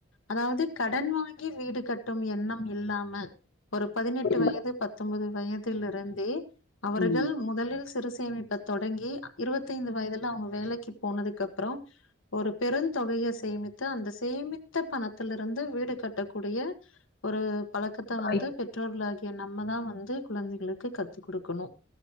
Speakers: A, on the left; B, on the left.
A: அதாவது கடன் வாங்கி வீடு கட்டும் எண்ணம் இல்லாம ஒரு பதினெட்டு வயது
B: ம்
A: பத்தம்போது வயதில் இருந்தே அவர்கள்
B: ம்
A: முதலில் சிறு சேமிப்ப தொடங்கி தி இந்த வய்தெல்லா அவுங்க வேலக்கி போனதுக்கு அப்றோ ஒரு பெருந்தொகைய சேமித்தா அந்த சேமித்த பணத்தில்ல இருந்து வீடு கட்டக்கூடிய ஒரு பழக்கத்த
B: வாய்ப்பு
A: வந்து பெற்றோர்குள் ஆகிய எ நம்மதா வந்து குழந்தைகளுக்கு கத்து குடுக்கணு